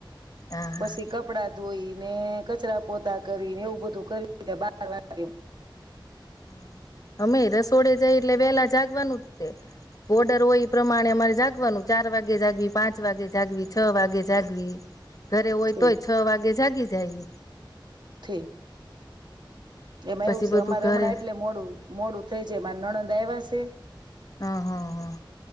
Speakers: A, on the left; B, on the right.
A: હા હા
B: પસી કપડા ધોઈ ને કચરા પોતા કરી ને એવું બધું કરી <inaudible>
A: હા. અમે રસોડે જાઈ એટલે વેલા જાગવાનું તે બોર્ડર હોય ઈ પ્રમાણે અમારે જાગવાનું. ચાર વાગે જાગવી પાં ચ વાગે જાગવી, છ વાગે જાગવી. ઘરે હોય
B: ઠીક
A: તોય છ વાગે જાગી જાય.
B: ઠીક, એમાં
A: પછી
B: એવું સે
A: બધું
B: અમા
A: ઘરે
B: રમણા એટલે મોડું મોડું થઈ જાય માર નણં દ આયવા સે.
A: હં, હં, હં.